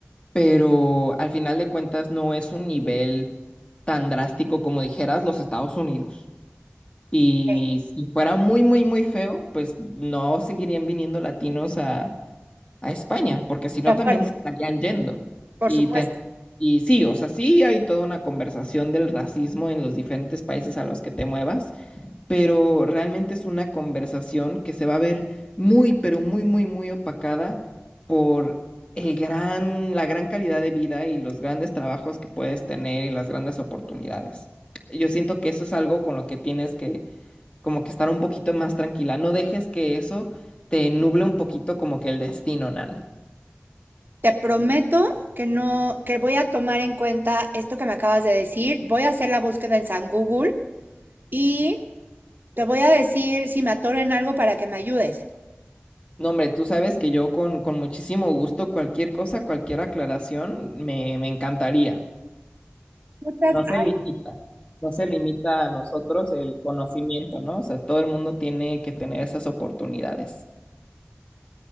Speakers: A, on the left; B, on the right.
A: pero al final de cuentas no es un nivel tan drástico como dijeras los Estados Unidos. Y
B: Sí,
A: si fuera muy, muy, muy feo, pues no seguirían viniendo latinos a, a España, porque si no
B: De acuerdo,
A: también se estarían yendo.
B: por
A: Y,
B: supuesto.
A: ten- y sí, o sea, sí hay toda una conversación del racismo en los diferentes países a los que te muevas, pero realmente es una conversación que se va a ver muy, pero muy, muy, muy opacada por el gran, la gran calidad de vida y los grandes trabajos que puedes tener y las grandes oportunidades. Yo siento que eso es algo con lo que tienes que como que estar un poquito más tranquila. No dejes que eso te nuble un poquito como que el destino, Nan.
B: Te prometo que no, que voy a tomar en cuenta esto que me acabas de decir. Voy a hacer la búsqueda en San Google y te voy a decir si me atoro en algo para que me ayudes.
A: No, hombre, tú sabes que yo con, con muchísimo gusto cualquier cosa, cualquier aclaración, me, me encantaría.
B: Muchas
A: No
B: gra-
A: se limita, no se limita a nosotros el conocimiento, ¿no? O sea, todo el mundo tiene que tener esas oportunidades.